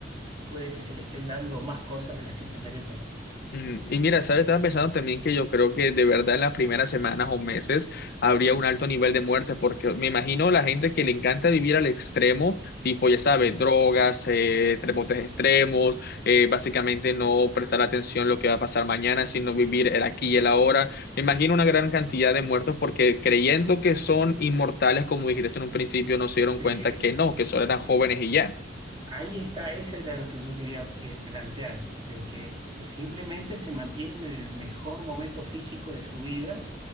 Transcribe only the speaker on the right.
puede que se le estén dando más cosas de las que se merecen.
Eh,
Sí.
Ahí está, eso era lo que yo quería eh, plantear, de que simplemente se mantienen en el mejor momento físico de su vida,